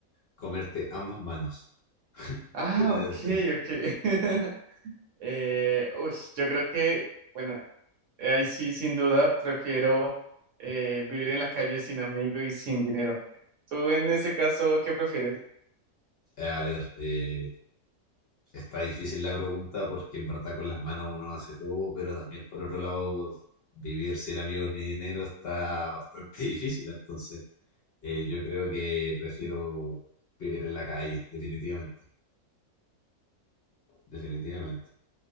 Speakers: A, on the left; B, on the right.
A: Comerte ambas manos.
B: Ah,
A: Una
B: ok,
A: de dos, tres.
B: ok. <laughs> Eh, uy, yo creo que, bueno, eh, Ahí sí, sin duda, prefiero eh, vivir en la calle sin amigos y sin dinero. ¿Tú en ese caso qué prefieres?
A: A ver, eh, Está difícil la pregunta porque en verdad con las manos uno hace todo, pero también por otro lado vivir sin amigos ni dinero está bastante <laughs> difícil. Entonces, eh, yo creo que prefiero vivir en la calle, definitivamente. Definitivamente.